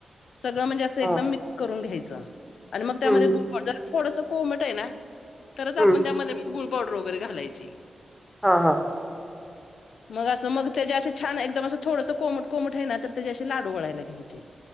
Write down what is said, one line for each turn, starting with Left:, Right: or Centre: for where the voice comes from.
Left: सगळं म्हणजे असं एकदम
Centre: हा
Left: म ून घ्यायचं आणि मग त्यामध्ये
Centre: हम्म
Left: गु थोडस कोमट आहे ना तरच आपण
Centre: हम्म
Left: त्यामध्ये मग गु डर वगैरे घालायची
Centre: हा हा
Left: मग असं मग त्याच्या असं छान एकदम असं थोडस कोमट कोमट आहे ना तर त्याचे अस लाडू वळायला घ्यायचे